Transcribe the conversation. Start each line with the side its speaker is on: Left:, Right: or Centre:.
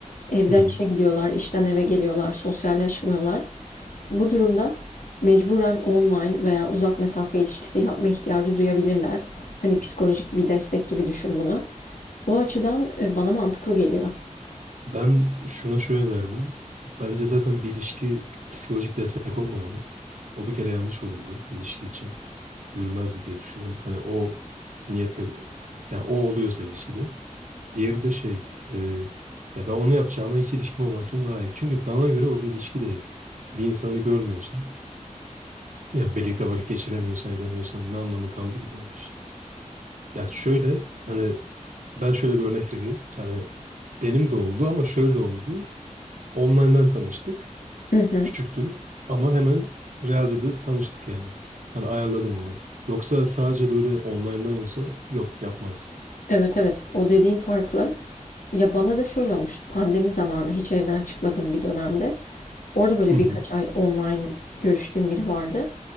Left: Evden
Right: Hı hı.
Left: işe gidiyorlar, işten eve geliyorlar, sosyalleşmiyorlar. Bu durumda mecburen online veya uzak mesafe ilişkisi yapma ihtiyacı duyabilirler. Hani psikolojik bir destek gibi düşün bunu. O açıdan e, bana mantıklı geliyor.
Right: Ben şuna şöyle derdim. Bence zaten bir ilişki psikolojik destek olmamalı. O bir kere yanlış olurdu ilişki için. Yürümezdi diye düşünüyorum. Hani o niyetle yani o oluyorsa ilişkide. Diğeri de şey e, ya ben onu yapacağıma hiç ilişkim olmasın daha iyi. Çünkü bana göre o bir ilişki değil. Bir insanı görmüyorsan Yani birlikte vakit geçiremiyorsan edemiyorsan ne anlamı kaldı ki benim için? Ya şöyle hani ben şöyle bir örnek vereyim. Hani benim de oldu ama şöyle oldu. Online'dan tanıştık.
Left: Hı hı.
Right: Küçüktüm ama hemen realde de tanıştık yani. Hani ayarladım onu. Yoksa sadece böyle online'dan olsa yok yapmazdım.
Left: Evet evet o dediğin farklı. Ya bana da şöyle olmuştu pandemi zamanı hiç evden çıkmadığım bir dönemde. Orada böyle
Right: Hı hı.
Left: birkaç ay online görüştüğüm biri vardı.